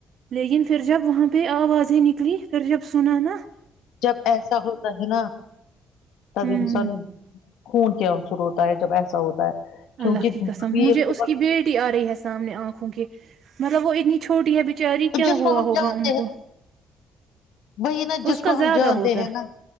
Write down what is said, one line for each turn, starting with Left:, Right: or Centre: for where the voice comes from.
Right: لیکن پھر جب وہاں پہ آپ آاز ہی نکلی پھر جب سنا نا <unintelligible>
Left: جب ایسا ہوتا ہے نا تب
Right: ہوں
Left: انسان <unintelligible> خون کیا سر ہوتا ہے جب ایسا ہوتا ہے کیونکہ
Right: اللہ کی قسم
Left: ویل
Right: مجھے
Left: کو
Right: اس
Left: بس-
Right: کی بیٹی آ رہی ہے سامنے آنکھ وں گ مطلب وہ انی <unintelligible> چھوٹی ہے بچاری کیا
Left: جس کو
Right: ہوا
Left: ہم
Right: ہوگا
Left: جانتے
Right: ان
Left: ہیں
Right: کو
Left: نا، وہی نا جس
Right: اس کا
Left: کو ہم
Right: زیادہ
Left: جانتے
Right: ہوتا
Left: ہیں
Right: ہے۔
Left: نا